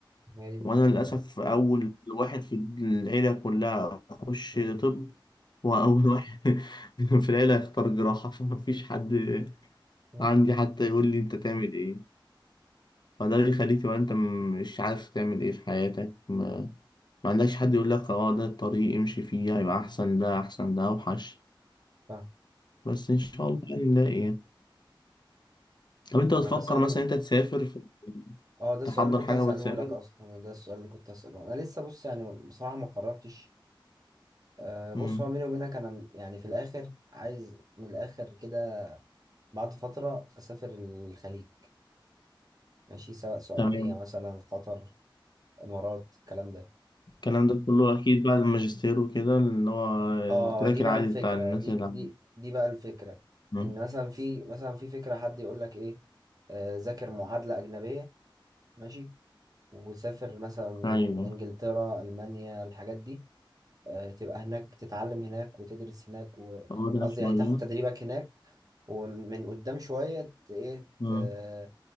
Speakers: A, on the right; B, on the left.
A: هي دي المشكلة
B: وأنا للأسف
A: فعلا
B: أول واحد في العيلة كلها أخش
A: مم.
B: طب وأول واحد <laughs> في العيلة أختار جراحة <laughs> فمفيش حد
A: مم.
B: عندي حتى يقول لي أنت تعمل إيه فده اللي يخليك تبقى أنت مش عارف تعمل إيه في حياتك ما عندكش حد يقول لك اه ده الطريق امشي فيه هيبقى احسن ده احسن ده اوحش
A: فاهم
B: بس ان شاء الله يعني نلاقي يعني طب انت بتفكر
A: أنا مثلا
B: مثلا انت تسافر في-
A: اه ده السؤال
B: تحضر
A: اللي كنت
B: حاجة
A: هسأله
B: وتسافر
A: لك أصلا أنا ده السؤال اللي كنت هسأله أنا لسه بص يعني بصراحة ما قررتش آه بص
B: امم
A: هو بيني وبينك أنا م- يعني في الآخر عايز من الآخر كده بعد فترة أسافر الخليج ماشي سواء سعودية
B: تمام
A: مثلا قطر إمارات الكلام ده
B: الكلام ده كله اكيد بعد الماجستير وكده اللي هو التراك
A: اه دي
B: العادي
A: بقى الفكرة
B: بتاع الناس
A: دي
B: اللي
A: دي
B: عم-
A: دي بقى الفكرة
B: مم.
A: إن مثلا في مثلا في فكرة حد يقول لك إيه آه ذاكر معادلة أجنبية ماشي وسافر مثلا
B: ايوه
A: انجلترا المانيا الحاجات دي آه، تبقى هناك تتعلم هناك وتدرس هناك وقصدي
B: تقعد لك شوية
A: يعني تاخد تدريبك هناك ومن قدام شوية ت- ايه
B: مم.
A: ت-